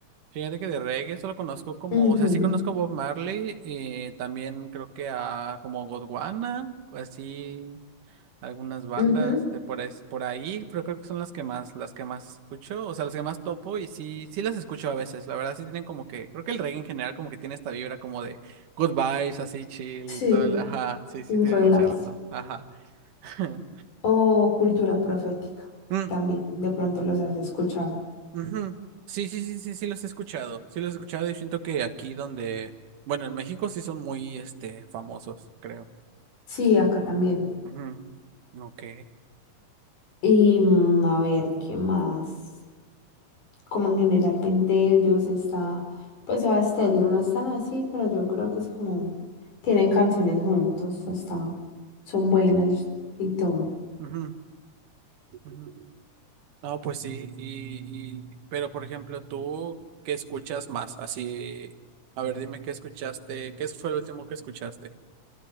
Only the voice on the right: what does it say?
Fíjate que de reggae solo conozco como,
o sea, sí conozco Bob Marley y también creo que a como Godwana, o así algunas bandas
de por ahí, por ahí, pero creo que son las que más, las que más escucho, o sea, las que más topo y sí, sí las escucho a veces, la verdad sí tienen como que, creo que el reggae en general como que tiene esta vibra como de good vibes, así chill,
todo, el- ajá, sí, sí,
tienes
mucha razón, ajá. <laughs>
Mm,
ujú.
Ujú. Sí, sí, sí, sí, sí los he escuchado. Sí los he escuchado y siento que aquí donde, bueno, en México sí son muy, este, famosos, creo.
Ujú,
ujú. Ok.
Ujú, ujú. No, pues sí, y, y, pero por ejemplo, tú, ¿qué escuchas más? Así, a ver, dime qué escuchaste, ¿qué fue lo último que escuchaste?